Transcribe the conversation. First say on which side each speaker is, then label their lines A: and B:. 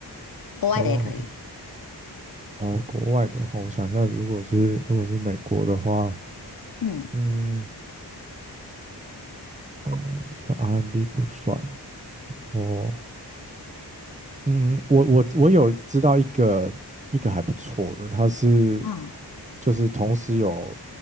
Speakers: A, on the left; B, on the right.
A: 国外的也可以。
B: 台湾好哦，国外的话，我想一下，如果是如果是美国的话，
A: 嗯
B: 嗯，哦，算 R&B 不算。哦，嗯，我我我有知道一个一个还不错的，他是
A: 嗯
B: 就是同时有